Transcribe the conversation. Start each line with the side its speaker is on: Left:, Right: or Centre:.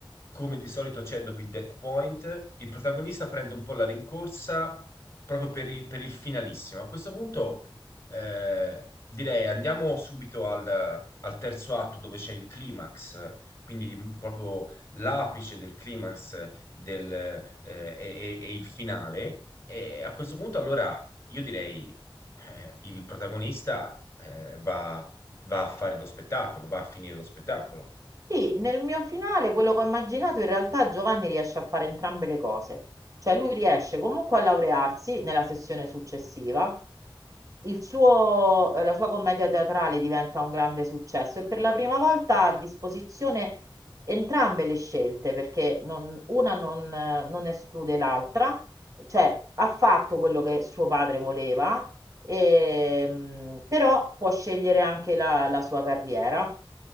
Left: come di solito c'è dopo il dead point, il protagonista prende un po' la rincorsa proprio per il, per il finalissimo. A questo punto eh, direi andiamo subito al al terzo atto dove c'è il climax quindi proprio l'apice del climax del, eh, e, e- e il finale. E a questo punto, allora, io direi eh, il protagonista eh, va, va a fare lo spettacolo, va a finire lo spettacolo.
Right: Sì, nel mio finale, quello che ho immaginato, in realtà Giovanni riesce a fare entrambe le cose. Cioè lui riesce comunque a laurearsi nella sessione successiva, il suo- eh, la sua commedia teatrale diventa un grande successo e per la prima volta ha a disposizione entrambe le scelte, perché non- una non, eh, non esclude l'altra, cioè ha fatto quello che suo padre voleva, ehm, però può scegliere anche la la sua carriera.